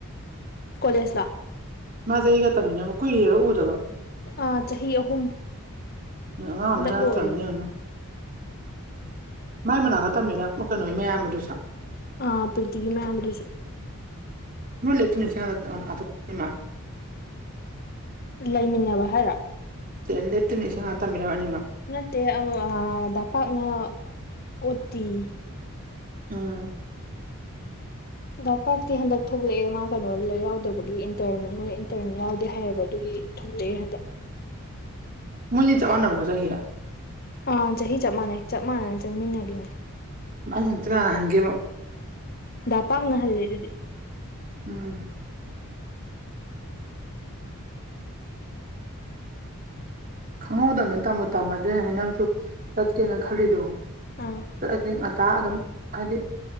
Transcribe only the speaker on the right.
ꯃꯥ ꯆꯍꯤ ꯀꯌꯥ ꯇꯝꯃꯤꯟꯅꯣꯕ ꯀꯨꯏꯔꯦꯕ ꯎꯗꯕ
ꯑꯉꯥꯡ
ꯑꯃꯅ
ꯇꯧꯔꯝꯃꯤꯅꯦ ꯌꯦꯡꯉꯣꯅꯦ ꯃꯥꯏ ꯃꯅꯥꯛꯛꯇ ꯇꯝꯃꯤꯔ ꯑꯃ ꯀꯩꯅꯣꯏ ꯃꯌꯥꯝꯕꯗꯨꯁꯨ
ꯂꯣꯏ ꯂꯦꯞꯇꯅꯁꯦ ꯑ
ꯆꯦꯂꯠꯅꯤꯁ ꯉ ꯇꯝꯃꯤꯔ ꯋꯥꯅꯤꯤꯃ
ꯎꯝ
ꯃꯣꯏꯅꯤ ꯆꯞ ꯃꯟꯅꯕꯔꯥ ꯍꯟꯗꯛ ꯆꯍꯤ
ꯃ ꯅꯠꯇ꯭ꯔ ꯍꯪꯦ
ꯎꯝ ꯈꯪꯍꯧꯗꯕꯅ ꯇꯝꯃꯣ ꯇꯝꯃꯣ ꯑꯗꯨꯅ ꯍꯥꯏ ꯅꯪꯁꯨ ꯆꯠꯀꯦꯅ ꯈꯜꯂꯤꯗꯣ
ꯗꯤ ꯉꯇꯥ ꯑꯗꯨꯝ ꯍꯥꯏꯗꯤ